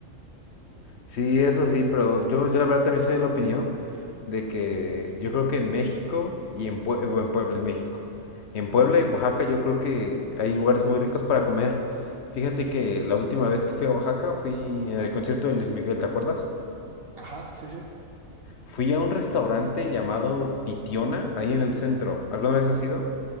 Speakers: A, on the left; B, on the right.
A: Sí, eso sí, pero yo, yo la verdad también soy de la opinión de que yo creo que en México y en, Pue- o en Puebla, en México, en Puebla y Oaxaca yo creo que hay lugares muy ricos para comer. Fíjate que la última vez que fui a Oaxaca fui en el concierto de Luis Miguel, ¿te acuerdas?
B: Ajá, sí, sí.
A: Fui a un restaurante llamado Pitiona, ahí en el centro. ¿Alguna vez has ido?